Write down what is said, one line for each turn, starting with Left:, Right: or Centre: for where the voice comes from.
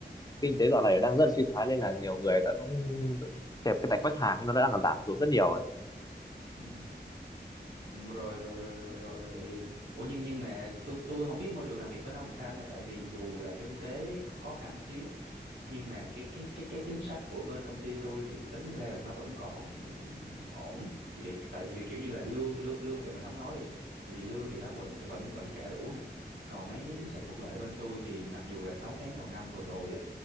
Left: kinh tế dạo này đang rất là suy thoái nên là nhiều người ta cũng kẹp cái tạch khách hàng ấy, nó đang giảm xuống rất nhiều rồi
Right: ừ Ừ, rồi rồi rồi rồi rồi rồi ủa nhưng nhưng mà tôi tôi không biết môi trường làm việc bên ông sao nha tại vì dù là kinh tế có khó khăn xíu nhưng mà cái cái cái cái chính sách của bên công ty tôi thì tính ra là nó vẫn còn ổn thì cái- tại vì kiểu như là lương lương lương thì mình không nói đi tại vì lương thì nó vẫn vẫn vẫn trả đủ này còn mấy cái chính sách
Left: ừ.
Right: phúc lợi bên tôi thì mặc dù là 6 tháng đầu năm vừa rồi á